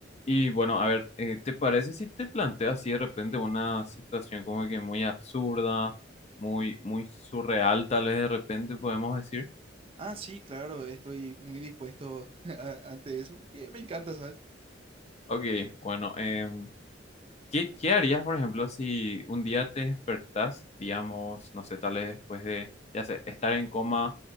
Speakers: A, on the left; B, on the right.
A: Y bueno, a ver, eh, ¿te parece si te planteas así de repente una situación como que muy absurda, muy, muy surreal, tal vez de repente podemos decir?
B: Ah, sí, claro, estoy muy dispuesto <laughs> a- ante eso porque me encanta, ¿sabes?
A: Ok, bueno, em, ¿qué, qué harías, por ejemplo, si un día te despertás, digamos, no sé, tal vez después de, ya sé, estar en coma